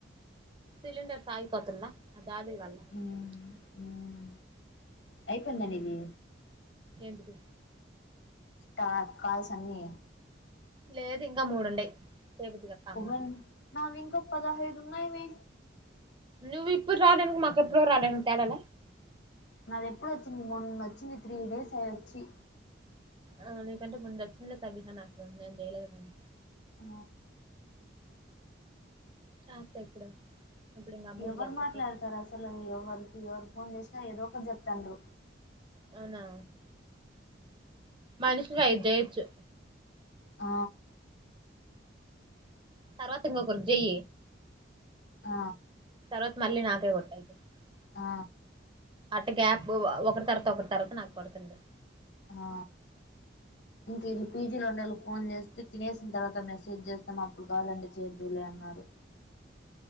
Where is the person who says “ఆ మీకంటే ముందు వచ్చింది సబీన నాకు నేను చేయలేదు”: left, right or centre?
Right